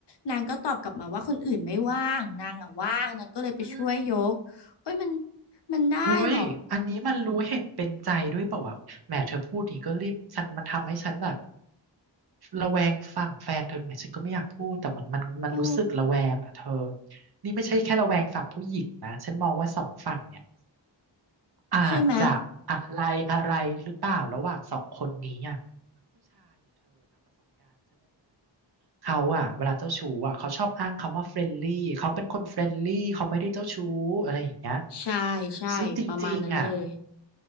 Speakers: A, on the left (about 65°); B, on the right (about 60°).
A: นางก็ตอบกลับมาว่าคนอื่นไม่ว่างนางอ่ะว่างนางก็เลยไปช่วยยกโอ้ยมัน
B: อืม
A: มันได้เหรอ
B: เฮ้ย อันนี้มันรู้เห็นเป็นใจด้วยเปล่าวะแหมเธอพูดดีก็รีบฉันมันทำให้ฉันแบบระแวงฝั่งแฟนเธอดูไหมฉันก็ไม่อยากพูดแต่มันมันมันรู้สึกระแวงอ่ะเธอ
A: โอ้
B: นี่ไม่ใช่แค่ระแวงฝั่งผู้หญิงนะฉันมองว่าสองฝั่งเนี่ยอาจจะอะไรอะไรหรือเปล่าระหว่างสองคนนี้อ่ะ
A: ใช่ไหม
B: เขาอ่ะเวลาเจ้าชู้อ่ะเขาชอบอ้างคำว่าเฟรนลี่เขาเป็นคนเฟรนลี่เขาไม่ได้เจ้าชู้อะไรอย่างเงี้ย
A: ใช่ใช่ประมาณนั้นเลย
B: ซึ่งจริงๆอ่ะ